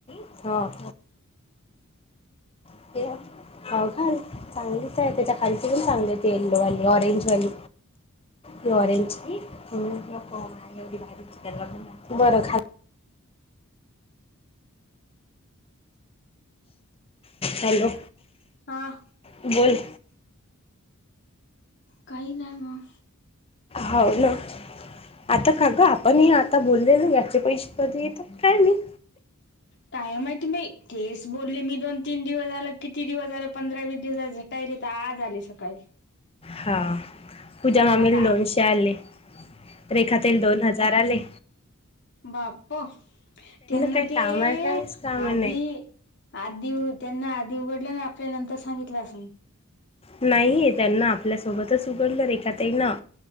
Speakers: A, on the left (about 25°); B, on the left (about 55°).
A: हां. <unintelligible> चांगलीच आहे त्याच्या खालची पण चांगली आहे ते येलो वाली ऑरेंज वाली तो ऑरेंज हम्म नको मला एवढी भारी <unintelligible> बर खाल हॅलो.
B: हा.
A: बोल.
B: काही नाही मग.
A: हॅलो, आता काल ग आप पण हे आता बोलले ना याचे पैसे कधीे येतात काय माहित.
B: काय माहिती बाई तेच बोलले मी दोन तीन दिवस झालं किती दिवस झालं पंधरा वीस दिवस झाले झटाय र तर आज आले सकाळी.
A: हा. पूजा मामीला
B: आता
A: दोनशे आले, रेखाताईल दोन हजार आले.
B: बाप्पो! त्यांना
A: काही काम
B: ते
A: आहे काहीच काम
B: आधी
A: नाही
B: आधी त्यांना आधी उघडल्या ना, आपल्या नंतर सांगितलं असंल.
A: नाहीेय. त्यांना आपल्या सोबतच उघडलं रेखाताईंना,